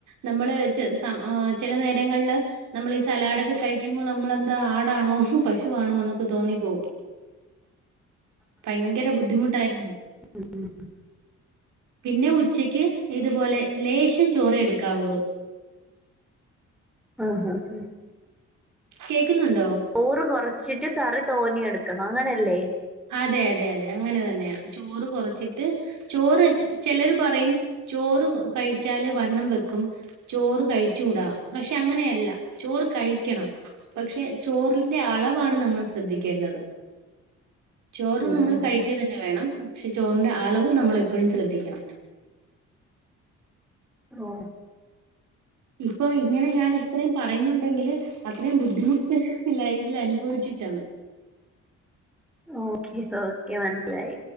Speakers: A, on the right; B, in the centre.
A: നമ്മള് ചില സ ചില നേരങ്ങളില് നമ്മളീ സലാഡൊക്കെ കഴിക്കുമ്പോ നമ്മളെന്താ ആടാണോ പശു ണൊന്നൊക്കെ തോന്നിപ്പോവും. ഭയങ്കര ബുദ്ധിമുട്ടായിരുന്നു.
B: ഉം
A: പിന്നെ ഉച്ചക്ക് ഇതുപോലെ ലേശം ചോറേ എടുക്കാവുള്ളു.
B: ആഹ് ആഹ് ആ.
A: കേക്കുന്നുണ്ടോ?
B: ഓറ് കുറച്ചിട്ട് കറി തോന്നേം എടുക്കണം അങ്ങനല്ലേ?
A: അതെ അതെ അതെ അങ്ങനെ തന്നെയ ചോറ് കുറച്ചിട്ട് ചോറ് ചിലർ പറയും ചോറ് കഴിച്ചാല് വ ണ്ണം വെക്കും ചോറ് കഴിച്ചൂട. പക്ഷെ അങ്ങനെയല്ല ചോറ് കഴിക്കണം പക്ഷെ ചോറിന്റെ അളവാണ് നമ്മള് ശ്രദ്ധിക്കേണ്ടത്. ചോറ്
B: ഉം
A: നമ്മള്
B: ഉം
A: കഴിക്ക തന്നെ വേണം. പക്ഷെ ചോറിന്റെ അളവ് നമ്മളെപ്പോഴും ശ്രദ്ധിക്കണം.
B: ഓ
A: ഇപ്പം ഇങ്ങനെ ഞാൻ ഇത്രയും പറയുന്നുണ്ടെങ്കില് അത്രയും ബുദ്ധിമുട്ട് ലൈഫിൽ അനുഭവിച്ച് ട്ടാന്ന്.
B: ഓക്കെ ഓക്കെ മനസിലായി.